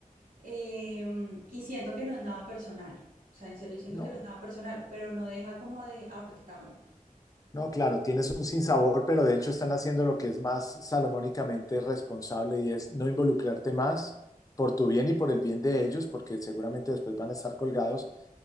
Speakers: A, on the right; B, on the left.
A: em, y siento que no es nada personal, o sea, en serio siento
B: no,
A: que no es nada personal, pero no deja como de afectarme.
B: No, claro, tienes un sinsabor, pero de hecho están haciendo lo que es más salomónicamente responsable y es no involucrarte más por tu bien y por el bien de ellos, porque seguramente después van a estar colgados.